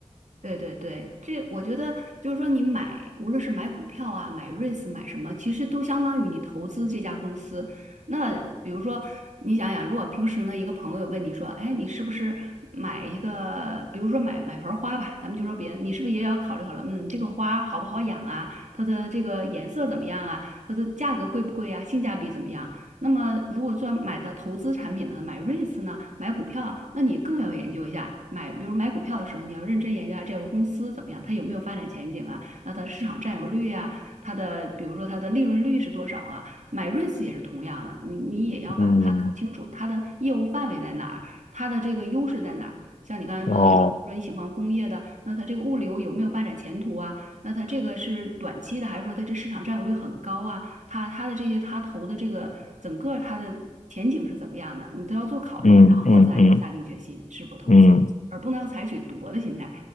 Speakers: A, on the right; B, on the left.
A: 对对对，这我觉得就是说，你买无论是买股票啊、买 REITs、买什么，其实都相当于你投资这家公司。那比如说，你想想，如果平时呢，一个朋友问你说，哎，你是不是买一个，比如说买买盆花吧，咱们就说别的，你是不是也要考虑考虑，嗯，这个花好不好养啊，它的这个颜色怎么样啊，它的价格贵不贵啊，性价比怎么样？那么如果做买的投资产品呢，买 REITs 呢，买股票啊，那你更要研究一下。买，比如买股票的时候，你要认真研究下这个公司怎么样，它有没有发展前景啊？那它的市场占有率啊，它的比如说它的利润率是多少啊？买 REITs 也是同样的，你你也要把它搞清楚，
B: 嗯，
A: 它的业务范围在哪儿，它的这个优势在哪儿。像你刚才说的，
B: 哦，
A: 比如说你喜欢工业的，那它这个物流有没有发展前途啊？那它这个是短期的，还是说它这市场占有率很高啊？他他的这些他投的这个整个他的前景是怎么样的，你都要做考虑，
B: 嗯嗯嗯
A: 然后再下定决心是否投资，
B: 嗯。
A: 而不能采取赌博的心态。